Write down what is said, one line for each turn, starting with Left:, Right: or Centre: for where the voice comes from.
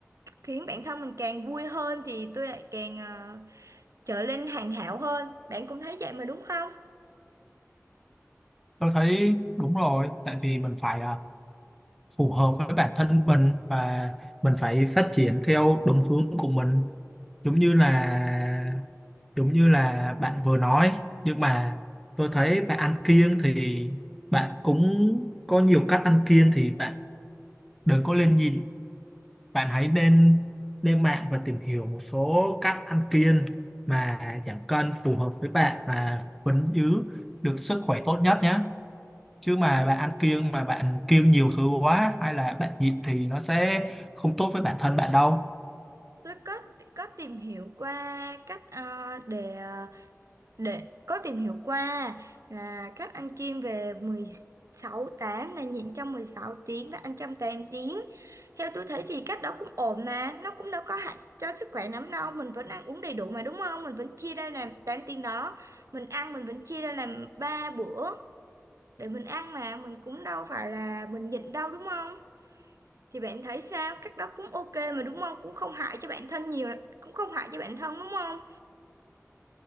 Right: khiến bản thân mình càng vui hơn thì tôi lại càng ờ, trở lên hoàn hảo hơn. Bạn cũng thấy vậy mà đúng không?
Centre: tôi thấy đúng rồi tại vì mình phải à, phù hợp với bản thân mình và mình phải phát triển theo đúng hướng của mình giống như là giống như là bạn vừa nói nhưng mà tôi thấy bạn ăn kiêng thì bạn cũng có nhiều cách ăn kiêng thì bạn đừng có lên nhìn bạn hãy nên lên mạng và tìm hiểu một số cách ăn kiêng mà giảm cân phù hợp với bạn và vẫn giữ được sức khỏe tốt nhất nhé chứ mà bạn ăn kiêng mà bạn kiêng nhiều thứ quá hay là bạn nhịn thì nó sẽ không tốt với bản thân bạn đâu
Right: Tôi có có tìm hiểu qua cách ờ, để ờ, để có tìm hiểu qua là các ăn kiêng về mười sáu tám là nhịn trong 16 tiếng và ăn trong 8 tiếng. Theo tôi thấy thì cách đó cũng ổn mà, nó cũng đâu có hại cho sức khỏe lắm đâu, mình vẫn ăn uống đầy đủ mà đúng không? Mình vẫn chia ra làm 8 tiếng đó, mình ăn mình vẫn chia ra làm 3 bữa để mình ăn mà, mình cũng đâu phải là mình nhịn đâu đúng không? Thì bạn thấy sao? Cách đó cũng ok mà đúng không? Cũng không hại cho bản thân nhiều, cũng không hại cho bản thân đúng không?